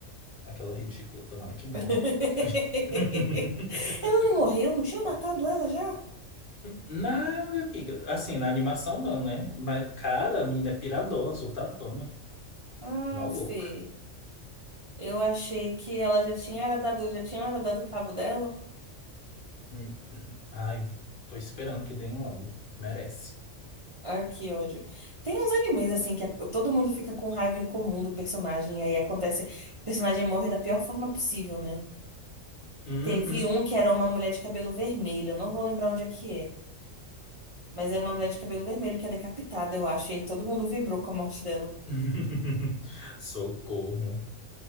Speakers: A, on the left (about 45°); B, on the right (about 35°).
A: aquela ridícula, tomara que morra.
B: <laughs>
A: <laughs>
B: Ela não morreu? Não tinha matado ela já?
A: Nada, amiga. Assim, na animação não, né? Mas, cara, a menina é piradona, surtadona,
B: Ah,
A: maluca.
B: Fê. Eu achei que ela já tinha era dado, já tinha era dado cabo dela.
A: Hum. <laughs> Ai, tô esperando que deem logo. Merece.
B: Ai, que ódio. Tem uns animes assim que a- todo mundo fica com raiva em comum do personagem e aí acontece, o personagem morre da pior forma possível, né?
A: Uhum.
B: Teve um que era uma mulher de cabelo vermelho, eu não vou lembrar onde é que é, mas era uma mulher de cabelo vermelho que é decapitada, eu acho, e aí todo mundo vibrou com a morte dela.
A: <laughs> Socorro.